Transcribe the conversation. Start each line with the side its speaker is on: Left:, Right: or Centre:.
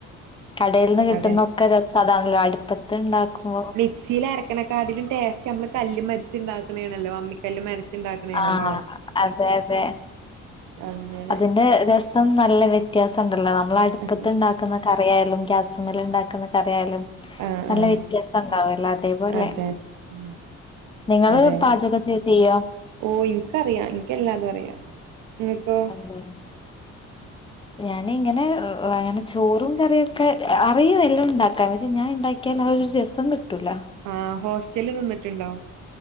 Left: കടൽന്ന് കിട്ടുന്നൊക്കെ
Right: അതെ
Left: രസതാണല്ലോ അടുപ്പത്ത് ഇണ്ടാക്കുമ്പോ
Right: മിക്സിയിലര ക്ക്ണേക്കാട്ടിലും ടേസ്റ്റ് നമ്മള് കല്ല്മ്മെ അരിച്ച്ണ്ടാക്ക്ണെ അണല്ലോ അമ്മിക്കല്ല്മ്മെ അരച്ച് ഇണ്ടാക്കുന്നെ ആണല്ലോ
Left: ആഹ് അതെ അതെ
Right: അങ്ങനെ
Left: അതിന്റെ രസം നല്ല വ്യത്യാസം ണ്ടല്ലോ നമ്മളടുപ്പത്ത്ണ്ടാ
Right: ആഹ്
Left: ക്കുന്ന കറിയായാലും ഗാസ്മി ണ്ടാക്കുന്ന കറിയായാലും
Right: ആഹ്
Left: നല്ല
Right: ആഹ്
Left: വ്യത്യാസം ഉണ്ടാവല്ലോ അതേപോലെ
Right: അതെ ഉം
Left: ന്നിങ്ങള്
Right: അതെ
Left: പാചകം ചെയ്യോ
Right: ഓഹ് ഇൻക്കറിയാം ഇൻക്ക് എല്ലാതും അറിയാം ങ്ങക്കോ
Left: <unintelligible> ഞാന് ഇങ്ങനെ അങ്ങനെ ചോറും കറിയും ഒക്കെ അറിയും എല്ലാം ഉണ്ടാക്കാം പക്ഷെ ഞാൻണ്ടാ ക്കിയാല് ആഹ് ഒരു രസം കിട്ടൂല
Right: ആഹ് ഹോസ്റ്റല് നിന്നിട്ടുണ്ടോ